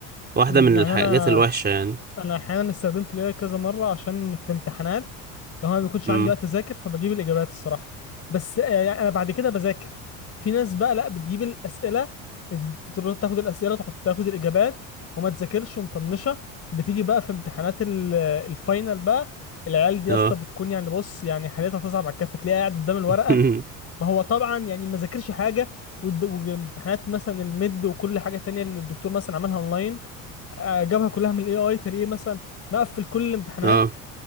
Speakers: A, on the right (about 25°); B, on the left (about 35°).
A: واحدة
B: أمم.
A: من
B: يعني
A: الحاجات
B: انا
A: الوحشة يعني
B: انا احيانا استخدمت الاي كذا مره عشان في امتحانات لو انا ما بيكونش
A: امم
B: عندي وقت اذاكر فبجيب الاجابات الصراحه بس آه، يعني انا بعد كده بذاكر في ناس بقى لا بتجيب الاسئله بت- تروح تاخد الاسئله تحط تاخد الاجابات وما تذاكرش ومطنشه بتيجي بقى في امتحانات ال- الفاينل بقى العيال دي
A: اه
B: يا اسطى بتكون يعني بص يعني حالتها تصعب على الكافه تلاقيها قاعد قدام الورقه
A: <laughs>
B: ما هو طبعا يعني ما ذاكرش حاجه والد- وامتحانات مثلا الميد وكل حاجه تانية اللي الدكتور مثلا عملها اونلاين آه، جابها كلها من الاي اي تلاقيه مثلا مقفل كل الامتحانات
A: اه